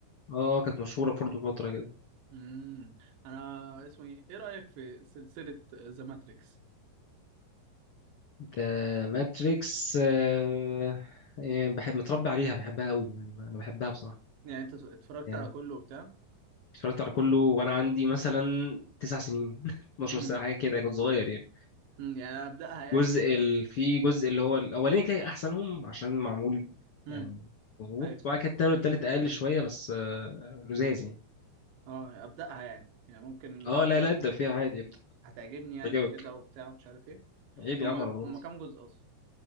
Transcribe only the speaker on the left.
اه كانت مشهوره برضه فتره كده
ده ماتريكس آه... يعني بحب متربي عليها بحبها قوي يعني انا بحبها بصراحه
يعني.
اتفرجت على كله وانا عندي مثلا تسع سنين <laughs> 12
ساعه حاجه كده كنت صغير يعني
جزء
ال... في جزء اللي هو الاولاني كان احسنهم عشان معمول
يعني مظبوط
بعد كده التاني والتالت اقل شويه بس آه، لزاز يعني
اه
لا لا ابدا فيها عادي ابدا
تعجبك
عيب يا
عم على ضمانتي